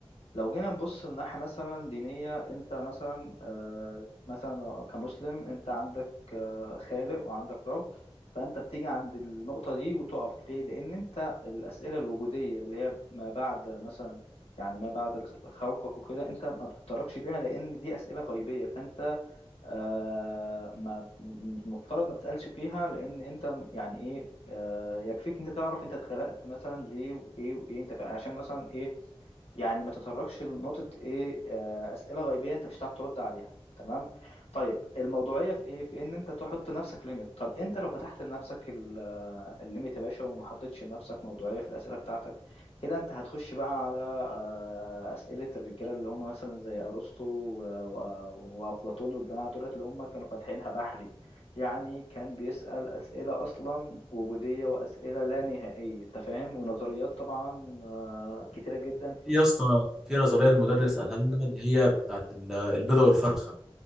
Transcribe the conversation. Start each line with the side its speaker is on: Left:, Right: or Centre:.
Left: لو جينا نبص لناحية مثلا دينية أنت مثلا آه، مثلا كمسلم أنت عندك آه، خالق وعندك رب فأنت بتيجي عند النقطة دي وتقف ليه؟ لأن أنت الأسئلة الوجودية اللي هي ما بعد مثلا يعني ما بعد الخ- خلقك وكده أنت ما بتتطرقش ليها لأن دي أسئلة غيبية فأنت آه ما مش المفترض ما تسألش فيها لأن أنت يعني إيه آه يكفيك أنت تعرف أنت اتخلقت مثلا ليه وإيه وإيه أنت فا- عشان مثلا إيه يعني ما تتطرقش لنقطة إيه آه أسئلة غيبية أنت مش هتعرف ترد عليها تمام طيب الموضوعية في إيه في إن أنت تحط لنفسك ليميت طب أنت لو فتحت لنفسك ال- آه، الليميت يا باشا وما حطيتش لنفسك موضوعية في الأسئلة بتاعتك كده انت هتخش بقى على آه، أسئلة الرجالة اللي هم مثلا زي أرسطو و- و- وأفلاطون والجماعة دولت اللي هم كانوا فاتحينها بحري يعني كان بيسأل أسئلة أصلا وجودية وأسئلة لا نهائية أنت فاهم ونظريات طبعا آه، كتيرة جدا في
Centre: في يا اسطى في نظريه
Left: في أكتر
Centre: المدرس
Left: من مجال
Centre: قالها لنا اللي هي بتاعت ال- البيضه والفرخه